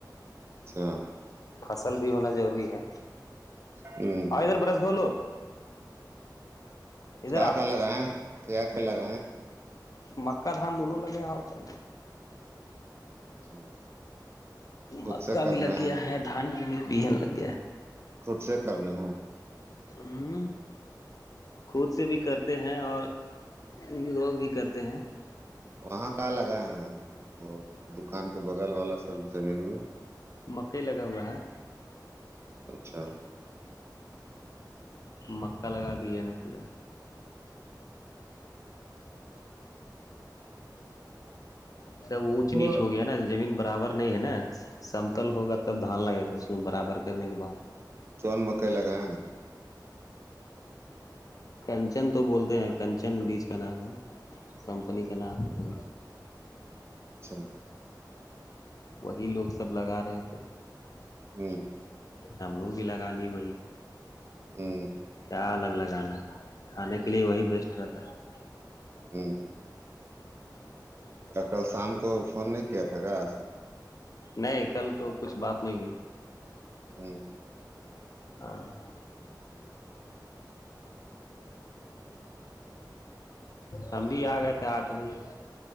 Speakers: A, on the right (about 35°); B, on the left (about 50°).
A: اچھا
B: فصل بھی ہونا ضروری ہے
A: ہوں ہوں
B: آؤ ادھر برس بولو ادھر
A: کا
B: آؤ
A: کہ الگ کیا کیا لگ
B: مکا دھان دونوں لگے ہوا کر
A: اچھا خود
B: مکا
A: سے کرنا
B: بھی لگ گیا ہے دھان میں بھی بہن لگ گیا ہے
A: خود سے کرنا ہے
B: ہ خود سے بھی کرتے ہیں اور ان لوگ بھی کرتے ہیں
A: وہاں کا لگا ہے وہ دکان کے بغل والا سب زمین میں
B: مکئی لگا ہوا ہے
A: اچھا
B: مکا لگا دیے نےا پورا سب اونچ
A: وہ
B: نیچ ہو گیا نا زمین برابر نہیں ہے نا سمتل ہوگا تب دھان لگے گا اس میں برابر کرنے کے بعد
A: کون مکئی لگائیں گے
B: کنچن تو بولتے ہیں کنچن بیچ کا نام ہے کمپنی کے نامتا
A: اچھا
B: وہی لوگ سب لگا رہے ہیں تو
A: ہوں
B: ہم لوگ بھی لگا لی وہی
A: ہوں
B: کیا الگ لگانا ہے کھانے کے لیے وہی بیسٹ رہتا ہے
A: ہ <unintelligible> کل شام کو فون نہیں کیا تھا گا
B: نہیں کل تو کچھ بات نہیں ہوئی
A: ا <unintelligible>
B: ہاں
A: <inaudible>
B: ہم بھیھی آ گئے تھے آٹھ بجے